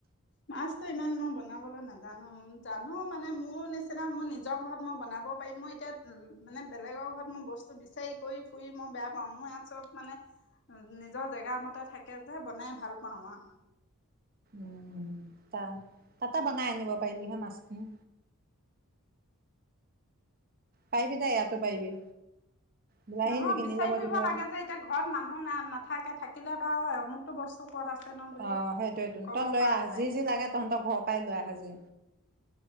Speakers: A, on the left; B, on the right.
A: মাছতো ইমান মই বনাবলৈ নাজানো। জানো মানে মোৰ নিচিনা মোৰ নিজৰ ঘৰত। মই বনাব পাৰিম মই এতিয়া মানে বেলেগৰ ঘৰত মই বস্তু বিচাৰি কৰি ফুৰি মই বেয়া পাওঁ মোৰ ইয়াত চব মানে নিজৰ জেগা মতে থাকে যে বনাই ভাল পাওঁ আৰু
B: উম ত তাতে বনাই আনিব পাৰিলি হয় মাছখিনি। পাৰিবি দে এইয়াতে পাৰিবি। বিলাহী
A: নহয়
B: কিনি
A: বিচাৰি
B: ল'ব
A: ফুৰিব
B: দিবি আৰু
A: লাগে যে এতিয়া ঘৰত মানুহ না নাথাকে থাকিলে বাৰু অমক। টো বস্তু ক'ত আছে ন বুলি
B: অ সেইটোয়
A: ক'ব
B: তই লৈ
A: পৰা
B: আহ
A: যায়
B: যি যি লাগে তহঁতৰ ঘৰত। পাই লৈ ভাজি